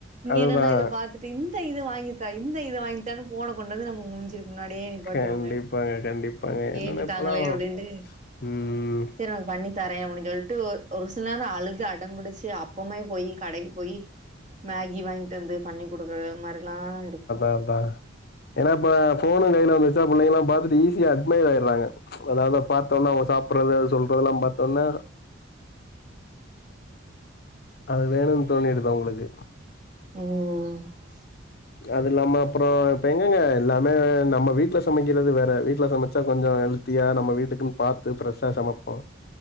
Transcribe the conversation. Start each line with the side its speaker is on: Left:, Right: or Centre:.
Right: இங்க
Left: அதுதான்.
Right: என்னன்னா இத ட்டு இந்த இது வாங்கித்தா இந்த இது வாங்கித்தா ஃபோன கொண்டு வந்து நம்ம முஞ் க்கு முன்னாடியே நீப்பாட்டுவாங்க
Left: கண்டிப்பாங்க, கண்டிப்பாங்க.
Right: ஐயோ கேட்டுட்டாங்களே
Left: என்னன்னா இப்பலாம்
Right: அப்படின்ட்டு
Left: ம்.
Right: சரி உனக்கு பண்ணி தரேன் அப்படின்னு சொல்லிட்டு ஒரு ஒரு சில நேர அழுது அடம்பிடிச்சு அப்பமே போய் கடைக்கு போய் மேகி வாங்கிட்டு வந்து பண்ணி குடுக்கற மாரில்லா இருக்கு
Left: பபா ஏனா இப்ப ஃபோனு கையில வந்துர்ச்சா பிள்ளைங்கல்லா பாத்துட்டு ஈஸியா அட்மைர் ஆயிறாங்க அதா அத பாத்தோன்ன அவுங்க சாப்படுறது சொல்றதெல்லா பாத்தோன்ன அது வேணுன்னு தோணிடுது அவுங்களுக்கு
Right: ம் ம்
Left: அது இல்லாம அப்புற இப்ப எங்கங்க எல்லாமே நம்ம வீட்ல சமைக்கிறது வேற வீட்ல சமைச்சா கொஞ்ச ஹெல் த்தியா நம்ம வீட்டுக்குன்னு பாத்து ஃபிரெஷ்ஷா சமைப்போ